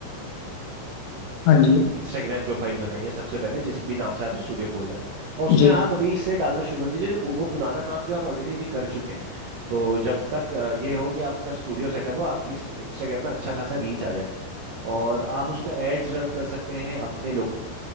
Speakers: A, on the left; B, on the right.
A: हाँ जी
B: इंस्टाग्राम प्रोफाइल बनाइए सबसे पहले जिस भी नाम से आप स्टूडियो खोल रहे हैं और उसमें
A: जी
B: आप अभी इससे डालना शुरू कर दीजिए जो पु- वो पुराना काम जो आप ऑलरेडी अभी कर चुके हैं तो जब तक अ, ये हो कि आपका स्टूडियो सेटअप हो आपकी इंस्टाग्राम में अच्छा खासा रीच आ जाए और आप उसमें एड्स रन कर सकते हैं अपने